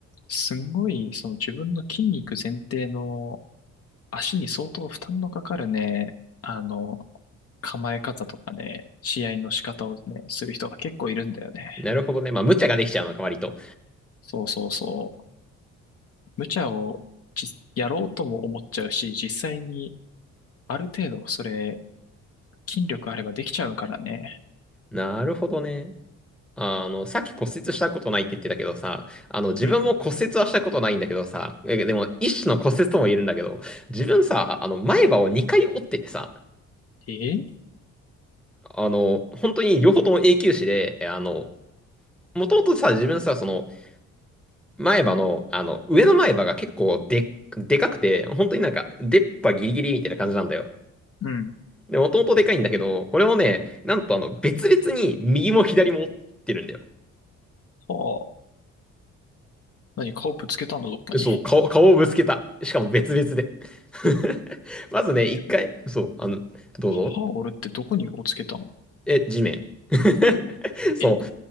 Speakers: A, on the left; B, in the centre.
A: すんごい、その自分の筋肉前提の足に相当負担のかかるね、あの、構え方とかね、試合の仕方をね、する人が結構いるんだよね。
B: なるほどね。まあ、無茶ができちゃうのか、割と。
A: そうそうそう。無茶をじやろうとも思っちゃうし、実際にある程度それ、筋力あればできちゃうからね。
B: なるほどね。あの、さっき骨折したことないって言ってたけどさ、あの、自分も骨折はしたことないんだけどさ、
A: うん。
B: えでも、一種の骨折とも言えるんだけど、自分さ、あの、前歯を2回折っててさ、
A: え
B: あの、本当に両方とも永久歯で、えあの、もともとさ、自分さ、その、前歯の、あの、上の前歯が結構でっ、でかくて、本当になんか、出っ歯ギリギリみたいな感じなんだよ。
A: うん。
B: で、もともとでかいんだけど、これもね、なんとあの、別々に右も左も折ってるんだよ。
A: はあ。何、顔ぶつけたのどっかに。
B: そう、顔、顔をぶつけた。しかも別々で。<laughs> まずね、
A: え、
B: 一回、
A: でも、
B: そう、あの、どうぞ。
A: 歯を折るってどこにをつけたの
B: え、地面。<laughs> そう、
A: え